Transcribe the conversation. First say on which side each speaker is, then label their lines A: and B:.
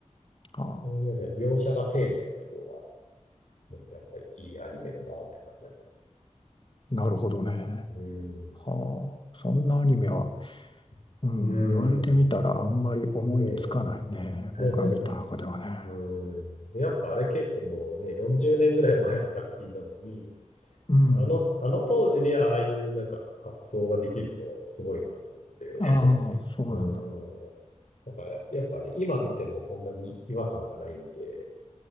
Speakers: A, on the left (about 45°); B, on the left (about 80°).
A: ああ、
B: そういう意味では描写が丁寧なところが、ね、やっぱりいいアニメだなって感じだね。
A: なるほどね。
B: うーん。
A: はあ、そんなアニメは、うん、
B: うーん。
A: 言われてみたらあんまり思いつかないね。
B: ねえ。<laughs>
A: 僕が見た中ではね。
B: うーん。で、やっぱあれ結構もうね、40年ぐらい前の作品なのに、
A: うん。
B: あの、あの当時にああいうなんか発想ができるっていうのはやっぱすごいなと思って。
A: ああ、
B: <laughs>
A: そうなんだ。
B: うーん。だからやっぱね、今見てもそんなに違和感がないんで、